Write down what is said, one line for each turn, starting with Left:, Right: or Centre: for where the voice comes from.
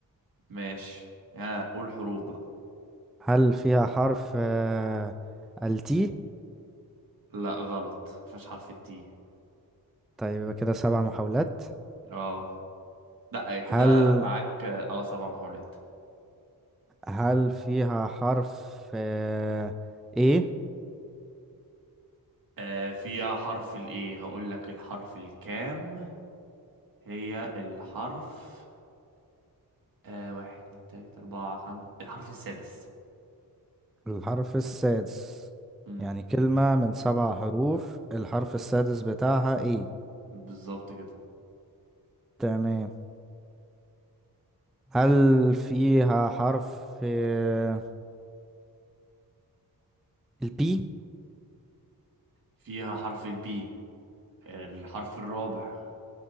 Right: ماشي ها قول حروف بقى
Centre: هل فيها حرف آه، التي
Right: لا غلط مفيهاش حرف التي
Centre: طيب يبقى كده سبع محاولات
Right: اه لا كده
Centre: هل
Right: معاك اه سبع محاولات
Centre: هل فيها حرف آه، ايه
Right: آه فيها حرف الايه هقول لك الحرف الكام هي الحرف آه واحد اتنين تلاتة أربعة خمسة الحرف السادس
Centre: الحرف السادس
Right: امم
Centre: يعني كلمة من سبع حروف الحرف السادس بتاعها ايه
Right: بالظبط كده
Centre: تمام هل فيها حرف آه، البي
Right: فيها حرف البي الحرف الرابع